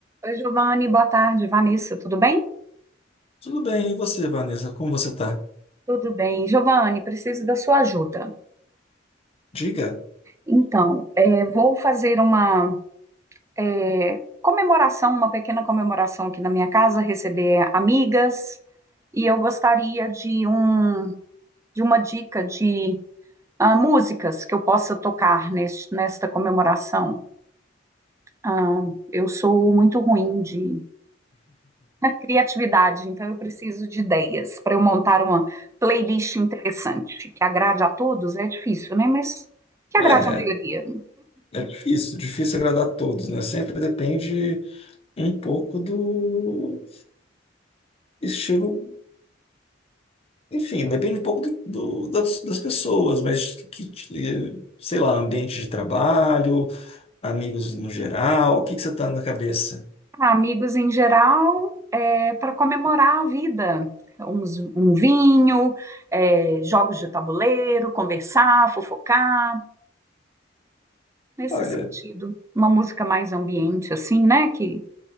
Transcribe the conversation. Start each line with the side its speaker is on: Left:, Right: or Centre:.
Right: Oi, Giovanni, boa tarde. Vanessa, tudo bem?
Left: Tudo bem, e você, Vanessa? Como você tá?
Right: Tudo bem. Giovanni, preciso da sua ajuda.
Left: Diga.
Right: Então, eh, vou fazer uma eh, comemoração, uma pequena comemoração aqui na minha casa, receber amigas, e eu gostaria de, um, de uma dica de ah, músicas que eu possa tocar neste, nesta comemoração. Ah, eu sou muito ruim de criatividade, então eu preciso de ideias para eu montar uma playlist interessante, que agrade a todos, é difícil, né? Mas que agrade
Left: É,
Right: a maioria.
Left: é difícil, difícil agradar a todos, né? Sempre depende um pouco do estilo, enfim, depende um pouco do, do- das, das pessoas, mas que, que- sei lá, ambiente de trabalho, amigos no geral, o que que você tá na cabeça?
Right: Ah, Amigos em geral, é, para comemorar a vida. Uns- um vinho, é, jogos de tabuleiro, conversar, fofocar, nesse
Left: Olha,
Right: sentido. Uma música mais ambiente, assim, né? Que